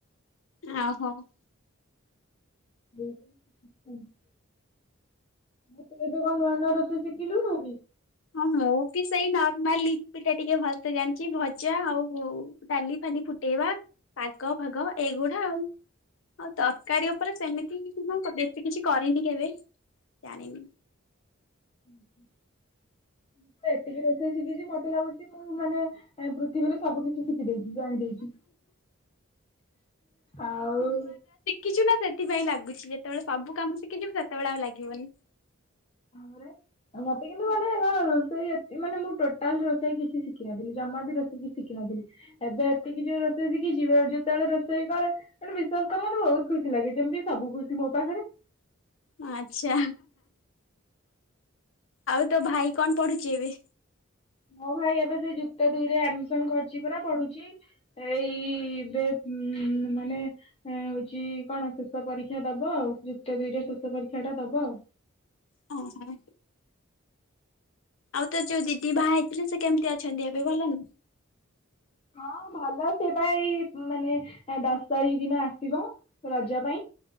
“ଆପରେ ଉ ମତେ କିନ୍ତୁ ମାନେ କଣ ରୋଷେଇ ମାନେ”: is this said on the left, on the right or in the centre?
Left